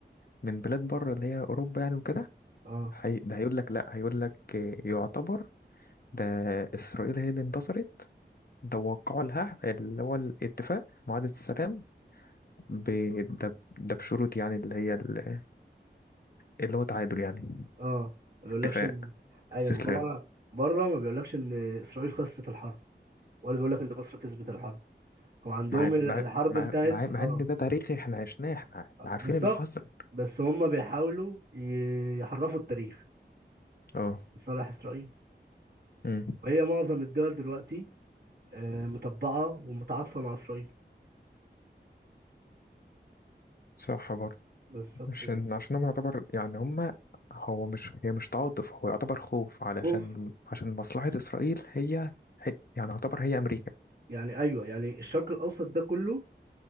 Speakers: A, on the left; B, on the right.
A: من بلاد بره اللي هي أوروبا يعني وكده
B: اه
A: هي ده هيقول لك لا هيقول لك يعتبر ده إسرائيل هي اللي انتصرت ده وقعوا لها اللي هو الاتفاق معاهدة السلام ب... ده, ده بشروط يعني اللي هي ال- اللي هو تعادل يعني
B: اه ما بيقولكش
A: اتفاق
B: ان <laughs> ايوه
A: استسلام
B: هو بره ما بيقولكش ان اسرائيل خسرت الحرب ولا بيقولك ان مصر كسبت الحرب هو عندهم
A: مع
B: ال-
A: مع
B: الحرب
A: مع
B: انتهت
A: مع, مع
B: اه
A: ان ده تاريخي احنا عشناه احنا احنا عارفين
B: بالظبط
A: اللي حصل
B: بس هم بيحاولوا ي- يحرفوا التاريخ
A: اه
B: لصالح اسرائيل
A: امم
B: وهي معظم الدول دلوقتي آه، مطبعه ومتعاطفه مع اسرائيل
A: صح برضه
B: بالظبط
A: عشان
B: كده
A: عشان هو يعتبر يعني هما هو مش هي مش تعاطف هو يعتبر خوف علشان
B: خوف
A: عشان مصلحة إسرائيل هي, هي يعني يعتبر هي أمريكا
B: يعني ايوه يعني الشرق الاوسط ده كله